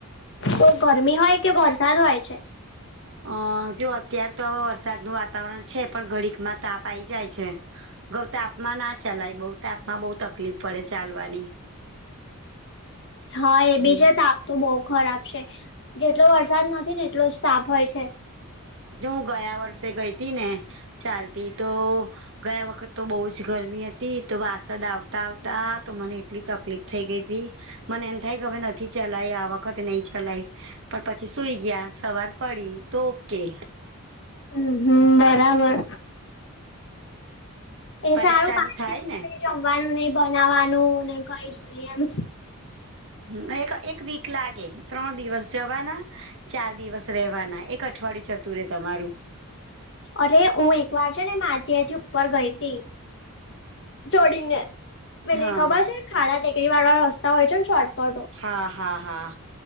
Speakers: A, on the left; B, on the right.
A: તો ગરમી હોય કે વરસાદ હોય છે.
B: અ જો અત્યાર તો વરસાદનું વાતાવરણ છે પણ ઘડીકમાં તાપ આઈ જાય છે. ગૌતાાપમાં ના ચલાય બૌતાાપમાં બહુ તકલીફ પડે ચાલવાની
A: હા એ બીજ
B: હમ.
A: તાપ તો બહુ ખરાબ છે જેટલો વરસાદ નથી ને એટલો જ તાફ હોય છે.
B: જો હું ગયા વર્ષે ગઈ હતી ને ચાલતી તો ગયા વખત તો બહુ જ ગરમી હતી તો વાસદ આવતા આવતા તો મને એટલી તકલીફ થઈ ગઈ હતી. મને એમ થાય કે હવે નથી ચલાય આ વખતે નહી ચલાય. પણ પછી સુઈ ગયા સવાર પડી તો ઓકે.
A: હ હમ બરાબર. એ
B: પરીક્ષા
A: સારું પાંચ
B: બી થાય
A: દિ
B: ને.
A: કઈ જમવાનું નહ બનાવવાનું ને કઈ જ નઈ એમ.
B: હ એક એક વીક લાગે ત્રણ દિવસ જવાના ચાર દિવસ રહેવાના એક અઠવાડિયું જતું રે તમારું.
A: અરે હું એક વાર છે ને માજીથી ઉપર ગઈ હતી. જોડીને પેલી
B: હા
A: ખબર છે ખાડા નીકળરી વાળા રસ્તા હોય છે ને શોર્ટકટ
B: હા હા હા.